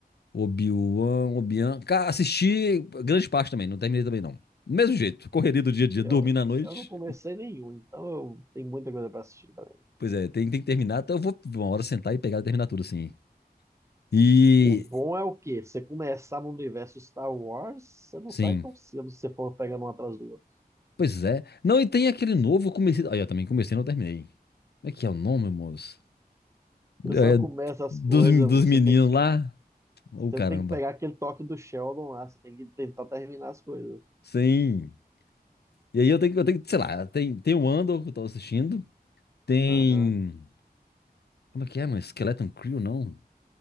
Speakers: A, on the left; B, on the right.
A: Obi-Wan, Obi-Wan. Cara, assisti grande parte também, não terminei também não. Do Mesmo jeito, correria do dia a dia,
B: Eu,
A: dormindo à noite.
B: eu não comecei nenhum, então eu tenho muita coisa para assistir também.
A: Pois é, tem, tem que terminar, então eu vou uma hora sentar e pegar e terminar tudo assim. E.
B: O bom é o quê? Você começar no universo Star Wars, você não
A: Sim.
B: sai tão cedo se você for pegando um atrás do outro.
A: Pois é. Não, e tem aquele novo, eu comecei. Aí, eu também comecei e não terminei. Como é que é o nome, moço?
B: Você
A: É,
B: só começa as
A: dos,
B: coisas,
A: dos
B: você
A: meninos
B: tem
A: lá. Ô,
B: Você
A: caramba.
B: tem que pegar aquele toque do Sheldon lá, você tem que tentar terminar as coisas.
A: Sim. E aí eu tenho que, eu tenho que, sei lá, tem, tem o Andor que eu tô assistindo, tem...
B: Aham,
A: Como é que é, mano? Skeleton Crew, não?